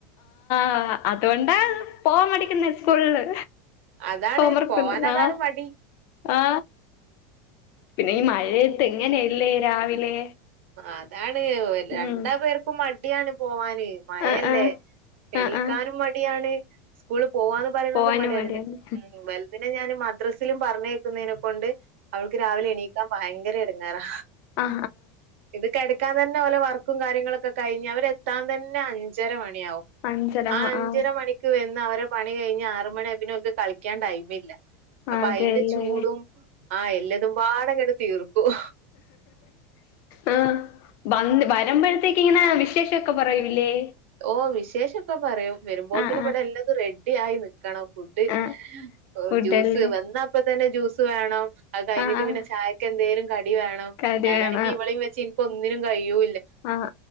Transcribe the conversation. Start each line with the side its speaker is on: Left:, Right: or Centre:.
Left: ആ അതുകൊണ്ടാ പോവാ മടിക്കുന്നെ സ്കൂളില്
Right: അതാണ്
Left: ഹോംവർക്ക്ണ്ട്
Right: പോവാൻ അതാണ്
Left: ആ
Right: മടി
Left: ആ പിന്നെ ഈ മഴേ ഏത്ത് എങ്ങനെല്ലേ രാവിലെ
Right: അതാണ് രണ്ടപേർക്കും
Left: ഉം
Right: മ ടിയാണ് പോവാന് മയല്ലേ
Left: ആഹ് ആഹ്
Right: എണീക്കാനും
Left: ആഹ് ആഹ്
Right: മടിയാണ് സ്കൂള് പോവാന്ന് പറയുന്നത്
Left: പോവാനും
Right: മടിയാണ്ഞ
Left: മടിയാണ്
Right: ഉം വൽതിനെ ഞാൻ മദ്രസിലും പറഞ്ഞയക്കുന്നതിനെ കൊണ്ട് അവൾക്ക് രാവിലെ എണീക്കാ ഭയങ്കര എടുങ്ങേറാ
Left: ആ
Right: ഇത് കെട്ക്കാൻ തന്നെ ഓലെ വർക്കും കാര്യങ്ങളൊക്കെ കഴിഞ്ഞ് അവരെത്താൻ തന്നെ അഞ്ചര മ ണിയാവും
Left: അഞ്ചര ആഹ്
Right: ആ അഞ്ചര
Left: ആഹ്
Right: മണിക്ക് വെന്നവരെ പണി കഴിഞ്ഞ് ആറ് മണിആയ പിന്നെ ഒൽക്ക് കളിക്കാൻ ടൈമില്ല അപ്പൊ
Left: അതെല്ലേ
Right: അയിന്റെ ചൂടും ആ എല്ലതും പാടങ്ങട്ട് തീർക്കും
Left: ആ വന്ന് വരുമ്പഴത്തേ ക്ങ്ങനെ വിശേഷൊക്കേ പറയുല്ലേ
Right: ഓ വിശേഷൊക്കെ പറയും വരുമ്പോത്തിനുഇവിടെ
Left: ആഹ് ആഹ്
Right: എല്ലതും റെഡി ആയി നി ക്കണം ഫുഡ്
Left: ആഹ്
Right: ഓ
Left: ഫുഡല്ലേ
Right: ജ്യൂസ് വന്നപ്പ തന്നെ ജ്യൂസ് വേണം അത് കഴിഞ്ഞിട്ട്
Left: ആഹ് ആഹ്
Right: പിന്നെ ചായക്കെന്തേലും കടി വേണം
Left: കറിയാണ്
Right: ഞാനാണെങ്കി ഇവളീംവെച്ച് ഇനിക്കൊന്നിനും കഴിയൂ
Left: ആ